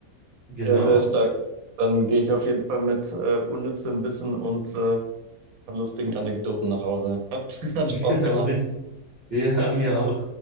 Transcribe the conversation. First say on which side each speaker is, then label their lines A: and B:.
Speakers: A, on the right; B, on the right.
A: genau,
B: Ja, sehr stark. Dann gehe ich auf jeden Fall mit äh, unnützem Wissen und äh, paar lustigen Anekdoten nach Hause. Hat, <laughs>
A: <laughs>
B: hat Spaß
A: genau,
B: gemacht.
A: richtig. Ja, mir auch.